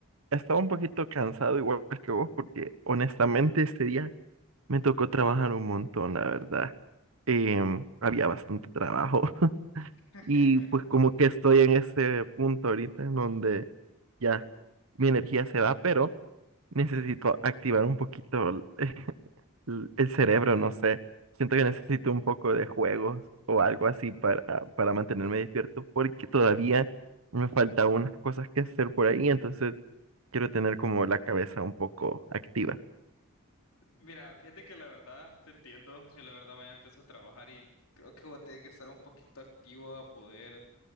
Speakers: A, on the right; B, on the left.
A: estaba un poquito cansado igual que vos porque honestamente este día me tocó trabajar un montón, la verdad. Em, había bastante trabajo <laughs>
B: <laughs>
A: y pues como que estoy en ese punto ahorita en donde ya mi energía se va, pero necesito activar un poquito <laughs> l- el cerebro, no sé. Siento que necesito un poco de juegos o algo así para, para mantenerme despierto porque todavía me falta unas cosas que hacer por ahí, entonces quiero tener como la cabeza un poco activa.
B: Mira, fíjate que la verdad, te entiendo, yo la verdad mañana empiezo a trabajar y creo que voy a tener que estar un poquito activo a poder